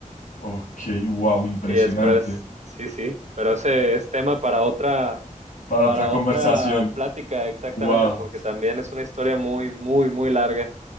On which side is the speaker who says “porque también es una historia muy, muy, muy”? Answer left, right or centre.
Right